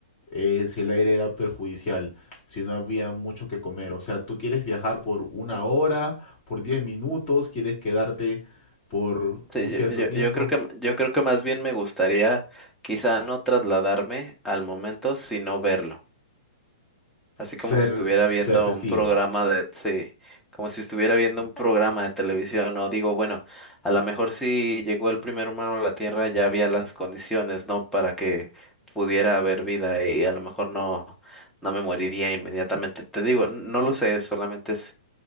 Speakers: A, on the left; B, in the centre.
A: eh, si el aire era perjudicial, si no había mucho que comer. O sea, tú quieres viajar por una hora, por 10 minutos, quieres quedarte por
B: Sí,
A: un
B: yo,
A: cierto
B: yo,
A: tiempo,
B: yo creo que, m- yo creo que más bien me gustaría quizá no trasladarme al momento, sino verlo. Así
A: ser,
B: como si estuviera
A: ser
B: viendo
A: testigo.
B: un programa de, sí, como si estuviera viendo un programa de televisión, no digo, bueno, a lo mejor si llegó el primer humano a la Tierra ya había las condiciones, ¿no? Para que pudiera haber vida y a lo mejor no, no me moriría inmediatamente. Te digo, n- no lo sé, solamente es